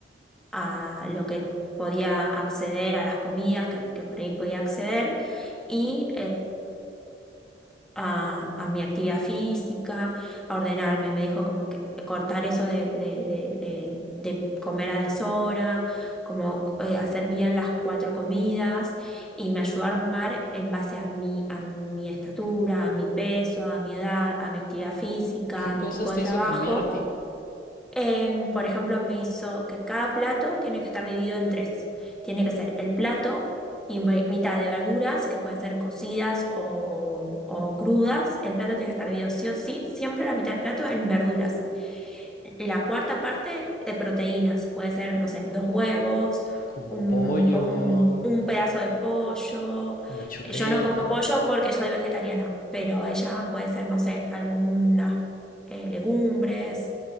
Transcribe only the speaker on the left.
¿Qué
cosas
te
hizo cambiar a ti?
Como
pollo,
una chuleta,